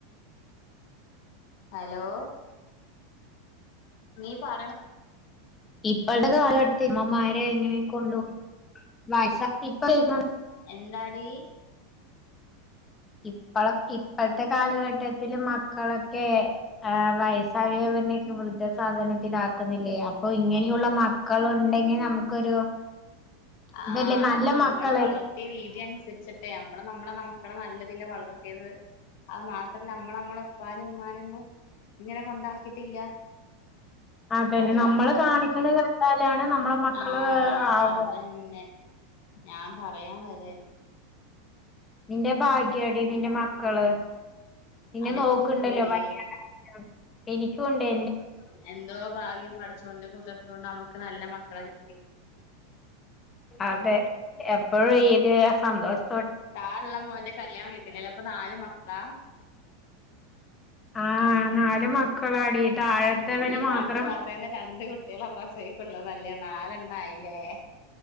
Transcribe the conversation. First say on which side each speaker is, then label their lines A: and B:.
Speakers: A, on the left; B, on the left.
A: ഹലോ നീ പാ
B: ഇപ്പഴത്തെ കാലഘട്ടത്തി അമ്മമാരെ ഇങ്ങനെ കൊണ്ടോ വസ <unintelligible>
A: എന്താടീ
B: ഇപ്പള- ഇപ്പോഴത്തെ കാലഘട്ടത്തിൽ മക്കളൊക്കെ വയസ്സായവര്നെക്കെ വൃദ്ധസധ ഇത് ആക്കുന്നില്ലേ അപ്പൊ ഇങ്ങനെയുള്ള മക്കളുണ്ടെങ്കിൽ നമുക്കൊരു
A: ആ
B: ഇതല്ലേ നല്ല
A: അത് നമ്മള്
B: മക്കളെ
A: വളർത്തിയ രീതി അനുസരിച്ചി ട്ടെ നമ്മള് നമ്മളെ മക്കളെ നല്ല വളർത്തിയത്. അത് മാത്രല്ല നമ്മള് നമ്മടെ ഉപ്പാനെയുംഉമ്മാനെയൊന്നും ഇങ്ങനെ കൊണ്ടാക്കിട്ടില്ല.
B: അതന്നെ
A: അപ്പൊ അത്
B: നമ്മള്
A: നമ്മ
B: കാണിക്കണ കണ്ടാലാണ് നമ്മളെ മക്കള്
A: ആ
B: ആവ
A: അത് പിന്നെ ഞാൻ പറയാൻ വരുകായിരുന്നു.
B: നിന്റെ ഭാഗ്യടി നിന്റെ മക്കള് നിന്നെ
A: അനക്കും
B: നോക്കുണ്ടല്ലോ?
A: ഉണ്ടില്ലടി
B: വയ്യാണ്ടായാ. എനിക്കു ഉണ്ടേ
A: എന്തോ ഭാഗ്യം പടച്ചോന്റെ കുതിർത്ത കൊണ്ട് നമ്മുക്ക് നല്ല മക്കളെ കിട്ടി.
B: അതെ എപ്പോഴും ഇതെ സന്തോഷം
A: താഴെയുള്ള മോന്റെ കല്യാണം കേട്ടില്ലല്ലോ അപ്പൊ നാല് മക്കളാ?
B: ആ നാല് മക്കളാടി. താഴത്തവന്
A: ഈ പണ്ട്
B: മാത്രം
A: പറഞ്ഞതന്നെ രണ്ട് കുട്ടികളെ പ്രസവിക്കുള്ളതല്ലേ നാലെണ്ണായില്ലേ?